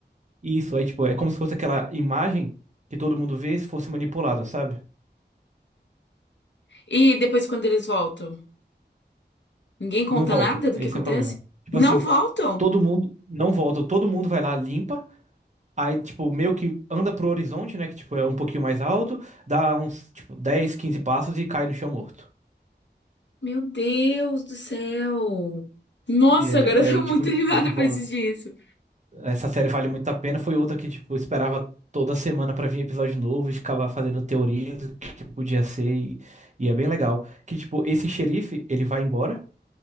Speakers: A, on the right; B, on the left.
A: Isso, é tipo, é como se fosse aquela imagem que todo mundo vê se fosse manipulada, sabe?
B: E depois, quando eles voltam? Ninguém conta
A: Não volta.
B: nada do
A: Esse
B: que acontece?
A: é o problema. Tipo
B: Não
A: assim,
B: voltam?
A: todo mundo não volta, todo mundo vai lá, limpa. Aí, tipo, meio que anda pro horizonte, né? Que, tipo, é um pouquinho mais alto, dá uns, tipo, 10, 15 passos e cai no chão morto.
B: Meu Deus do céu. Nossa,
A: E é-
B: agora eu
A: aí,
B: tô muito
A: tipo, desenvolve.
B: <laughs> animada pra assistir isso.
A: Essa série vale muito a pena. Foi outra que, tipo, eu esperava toda semana pra vir episódio novo e ficava fazendo teoria do que podia ser. E, e é bem legal. Que, tipo, esse xerife, ele vai embora,